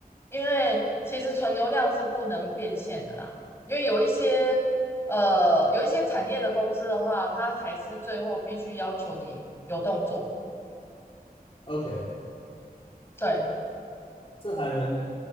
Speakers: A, on the left; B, on the left.
A: 因为其实纯流量是不能变现的啦，因为有一些呃有一些产业的公司的话，它还是最后必须要求你有动作。
B: ，OK，
A: 对，
B: 这还能，